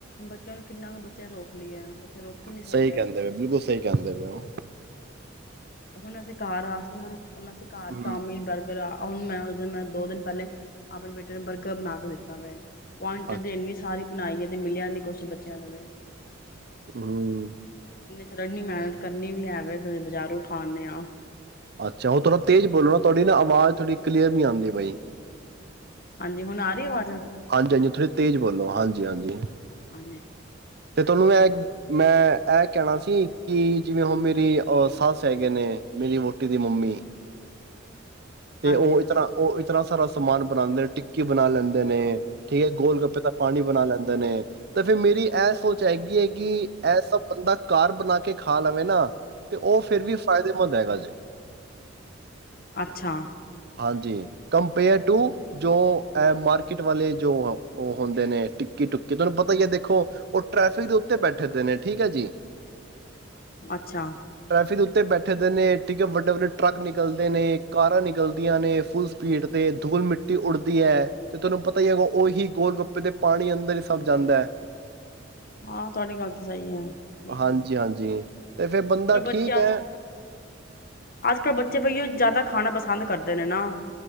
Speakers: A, on the left (about 50°); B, on the right (about 55°).
A: ਬੱਚੇਆਂ ਨੂੰ ਕਿੰਨਾ ਕੁ ਬੱਚੇਆਂ ਰੋਕ ਲਈਏ। ਰੋਕ ਹੀ ਨਹੀਂ ਸਕਦੇ
B: ਸਹੀ ਕੇਂਦੇ
A: ਹੈ
B: ਪਏ ਬਿਲਕੁਲ ਸਹੀ ਕੇਂਦੇ ਪਏ ਉ।
A: ਹੁਣ ਅਸੀਂ ਕਾਰ ਆ <unintelligible> ਹੁਨ ਅਸੀਂ ਕਾਰ
B: ਹੂੰ।
A: ਚਾਉਮੀਨ, ਬਰਗਰਾਂ ਹੁਨ ਮੈਂ ਉਸ ਦਿਨ ਮੈਂ ਦੋ ਦਿਨ ਪਹਿਲੇ ਆਪਣੇ ਬੇਟੇ ਨੇ ਬਰਗਰ ਬਨਾ ਕੇ ਦਿੱਤਾ ਵੇ। ਪੁਆਇੰਟਡ
B: ਅੱਛਾ
A: ਇੰਨੀ ਸਾਰੀ ਬਨਾਈਏ ਤੇ ਮਿਲਿਆ ਨੀ ਕੁਛ ਬੱਚਿਆਂ ਨੂੰ ਵੀ।
B: ਹੁੰ।
A: ਫਿਰ ਏਨੀ ਮਿਹਨਤ ਕਰਨੀ ਵੀ ਹੈਵੇ ਫੇਰ ਬਾਜ਼ਾਰੋਂ ਖਾ ਖਾਨੇ ਆਂ
B: ਅੱਛਾ, ਉਹ ਥੋੜ੍ਹਾ ਤੇਜ਼ ਬੋਲੋ ਨਾ ਤੁਹਾਡੀ ਨਾ ਆਵਾਜ਼ ਥੋੜੀ ਕਲੀਅਰ ਨੀ ਆਂਦੀ ਪਈ।
A: ਹਾਂਜੀ, ਹੁਨ ਆ ਰੀ ਆਵਾਜ਼?
B: ਹਾਂਜੀ, ਹਾਂਜੀ ਥੋੜੀ ਤੇਜ਼ ਬੋਲੋ, ਹਾਂਜੀ, ਹਾਂਜੀ।
A: ਹਾਂਜੀ
B: ਤੁਹਾਨੂੰ ਇਹ ਮੈਂ ਇਹ ਕਹਿਣਾ ਸੀ ਕਿ ਜਿਵੇਂ ਹੁਨ ਮੇਰੀ ਉ ਸੱਸ ਹੈਗੇ ਨੇ ਮੇਰੀ ਵੋਟੀ ਦੀ ਮੰਮੀ ਤੇ
A: ਹਾਂਜੀ
B: ਉਹ ਇਸ ਤਰ੍ਹਾਂ ਉਹ ਈਤਨਾ ਸਾਰਾ ਸਮਾਨ ਬਨਾਦੇ ਟਿਕੀ ਬਨਾ ਲੈਂਦੇ ਦੇ ਨੇ ਠੀਕ ਏ, ਗੋਲ ਗੱਪੇ ਦਾ ਪਾਨੀ ਬਨਾ ਲੈਂਦੇ ਨੇ ਤੇ ਫੇਰ ਮੇਰੀ ਇਹ ਸੋਚ ਹੈਗੀ ਏ। ਕਿ ਐਸਾ ਬੰਦਾ ਕਾਰ ਬਨਾ ਕੇ ਖਾ ਲਵੇ ਨਾ ਤੇ ਉਹ ਫੇਰ ਵੀ ਫਾਇਦੇਮੰਦ ਹੈਗਾ ਜੇ।
A: ਅੱਛਾ।
B: ਹਾਂਜੀ ਕੰਪੇਅਰ ਟੂ ਜੋ ਏ ਮਾਰਕੀਟ ਵਾਲੇ ਜੋ ਓ ਹ ਉਹ ਹੁੰਦੇ ਨੇ ਟਿਕੀ ਟੁੱਕੀ ਤੁਹਾਨੂੰ ਪਤਾ ਈ ਏ ਦੇਖੋ, ਉਹ ਟ੍ਰੈਫਿਕ ਦੇ ਉੱਤੇ ਬੈਠੇ ਦੇ ਨੇ ਠੀਕ ਏ ਜੀ।
A: ਅੱਛਾ।
B: ਸਿਰ ਉੱਥ ਬੈਠੇ ਦੇ ਨੇ, ਠੀਕ ਏ ਵੱਡੇ, ਵੱਡੇ ਟਰੱਕ ਨਿਕਲ ਦੇ ਨੇ ਕਾਰਾਂ ਨਿਕਲਦੀਆਂ ਨੇ ਫੁੱਲ ਸਪੀਡ ਤੇ ਧੂਲ ਮਿੱਟੀ ਉੱਡਦੀ ਏ। ਤੇ ਤੁਹਾਨੂੰ ਪਤਾ ਈ ਏ, ਅਗੋਂ ਉਹੀ ਗੋਲ ਗੱਪੇ ਤੇ ਪਾਣੀ ਅੰਦਰ ਈ ਸਬ ਜਾਂਦਾ ਏ।
A: ਹਾਂ ਤੁਹਾਡੀ ਗੱਲ ਤੇ ਸਹੀ ਐ ਠੀਕ
B: ਹਾਂਜੀ
A: ਐ
B: ਹਾਂਜੀ ਤੇ ਫਿਰ ਬੰਦਾ
A: ਪਰ
B: ਠੀਕ
A: ਬੱਚੇ
B: ਹੈ
A: ਅੱਜ ਅੱਜ ਕਲ੍ਹ ਬੱਚੇ ਬਈਓ ਜ਼ਾਦਾ ਖਾਨਾ ਪਸੰਦ ਕਰਦੇ ਨੇ ਨਾ।